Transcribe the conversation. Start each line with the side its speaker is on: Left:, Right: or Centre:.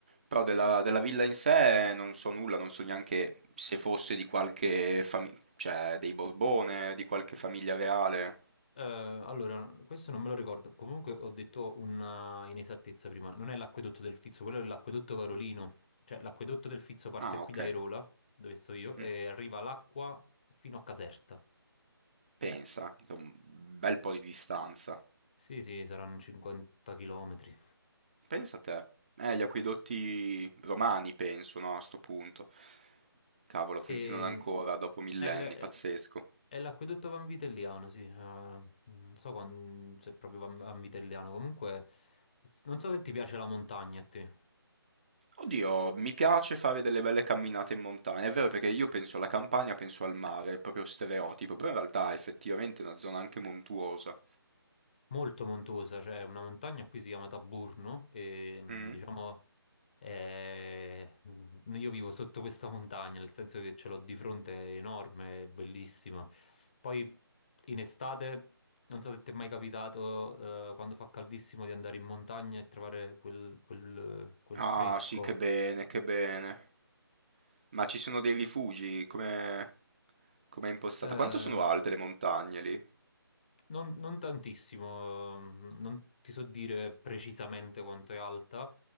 Right: Però della, della villa in sé non so nulla, non so neanche se fosse di qualche famiglia, cioè dei Borbone, di qualche famiglia reale.
Left: Eh, allora, questo non me lo ricordo. Comunque ho detto una inesattezza prima. Non è l'acquedotto del Fizzo, quello è l'acquedotto Carolino. Cioè, l'acquedotto del Fizzo parte
Right: Ah,
Left: qui
Right: ok.
Left: da Airola, dove sto io, e
Right: Mm,
Left: arriva l'acqua fino a Caserta.
Right: Pensa, un bel po' di distanza.
Left: Sì, sì, saranno 50 chilometri.
Right: Pensa a te. Eh, gli acquedotti romani, penso, no, a sto punto. Cavolo, funzionano
Left: E...
Right: ancora dopo millenni,
Left: È l-
Right: pazzesco.
Left: è l'acquedotto Vanvitelliano, sì. eh, non so quan- se è proprio Van- Vanvitelliano. Comunque, s- non so se ti piace la montagna a te.
Right: Oddio, mi piace fare delle belle camminate in montagna, è vero perché io penso alla campagna, penso al mare, è proprio stereotipo, però in realtà è effettivamente è una zona anche montuosa.
Left: molto montuosa, c'è una montagna qui si chiama Taburno e mh,
Right: Mm?
Left: diciamo eh, mh, io vivo sotto questa montagna, nel senso che ce l'ho di fronte, è enorme, è bellissima. Poi in estate, non so se ti è mai capitato eh, quando fa caldissimo di andare in montagna e trovare quel, quel- quel
Right: Ah,
Left: fresco.
Right: sì, che bene, che bene. Ma ci sono dei rifugi, come com'è impostata?
Left: Ehm,
Right: Quanto sono alte le montagne lì?
Left: Non, non tantissimo, mm, non ti so dire precisamente quanto è alta,